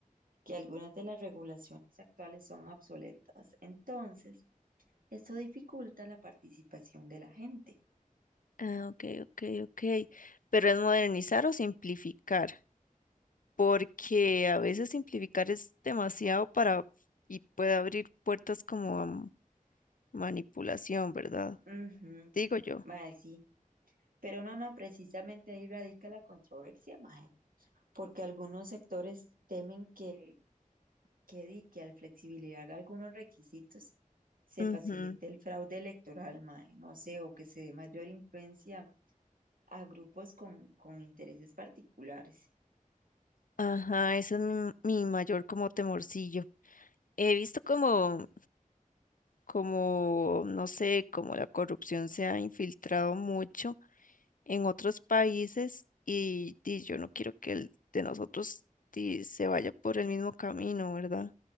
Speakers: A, on the right; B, on the left.
A: que algunas de las regulaciones actuales son obsoletas, entonces esto dificulta la participación de la gente.
B: Ah, ok, ok, ok. Pero es modernizar o simplificar, porque a veces simplificar es demasiado para y puede abrir puertas como a m- manipulación, ¿verdad?
A: Ujú,
B: Digo yo.
A: mae, sí, pero no, no, precisamente ahí radica la controversia, mae. porque algunos sectores temen que, que, di- que al flexibilizar algunos requisitos se
B: Ujú.
A: facilite el fraude electoral, mae, no sé, o que se dé mayor influencia a grupos con, con intereses particulares.
B: Ajá, ese es mi, mi mayor como temorcillo. He visto como, como, no sé, como la corrupción se ha infiltrado mucho en otros países y, di, yo no quiero que el de nosotros di, se vaya por el mismo camino, ¿verdad?